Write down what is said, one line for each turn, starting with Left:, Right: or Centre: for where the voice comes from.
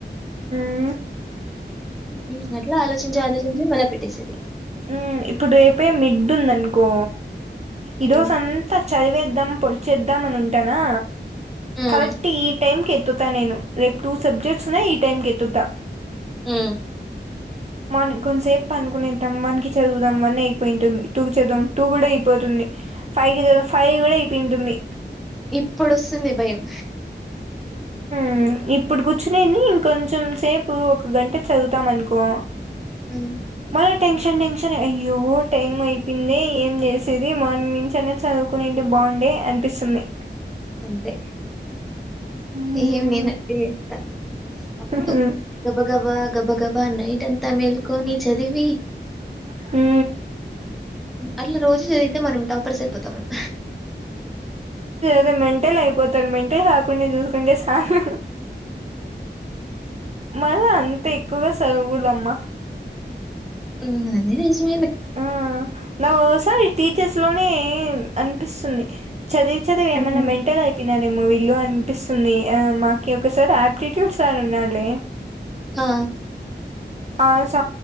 Right: ఊ
Centre: హు అట్లా ఆలోచించి ఆలోచించి మళ్ళ పెట్టేసిది
Right: హు ఇప్పుడు రేపే మిడ్డు ఉందనుకో
Centre: హ్మ్.
Right: ఈ రోజు అంతా చదివేద్దాం పొడిచేద్దాం అని ఉంటానా
Centre: హ్మ్.
Right: కరెక్ట్ ఈ టైంకి ఎత్తుత నేను రేపు టూ సబ్జెక్ట్స్ ఉన్నాయి ఈ టైం కి ఎత్తుతా
Centre: హు
Right: మని కొంచసేపు పండుకునే టం వన్ కి చదువుదాం వన్ అయిపోయింటంది టూ కు చదువుదం టూ కూడా అయిపోతుంది ఫైవ్ కి చదువుదాం ఫైవ్ కూడా అయిపోయి ఉంటుంది
Centre: ఇప్పుడు వస్తుంది భయం
Right: హు ఇప్పుడు కూర్చునేంది ఇంకొంచెం సేపు ఒక గంట చదువుతాం అనుకో
Centre: హు
Right: చా టెన్షన్ టెన్షన్ అయ్యో టైం అయిపోయింది ఏం చేసేది మార్నింగ్ నుంచి అనే చదువుకునే ఉంటే బాగుండే అనిపిస్తుంది
Centre: అంతే
Right: మ్మ్
Centre: సేమ్ నేను అట్నే చేస్తా అప్పుడు
Right: ఉమ్
Centre: గబగబా గబ గబా నైట్ అంతా మేల్కొని చదివి
Right: హు
Centre: అట్లా రోజు చదివితే మనం టాపర్స్ అయిపోతాం ఏమో
Right: అదే మెంటల్ అయిపోతాది మెంటల్ కాకుండా చూసుకుంటే చాల మల్ల అంత ఎక్కువగా చదువుకూడా అమ్మ
Centre: హు అది నిజమేలే
Right: ఆ నాకు ఒసారి టీచర్స్ లోనే అనిపిస్తుంది చదివి చదివి ఏమన్నా
Centre: ఆహా!
Right: మెంటల్ అయిపో ఇనని మూవీలు అనిపిస్తుంది ఆ మాకి ఒకసారి ఆప్టిట్యూడ్స్ సర్ ఉన్నాడ్లే
Centre: ఆ
Right: అ ఆ స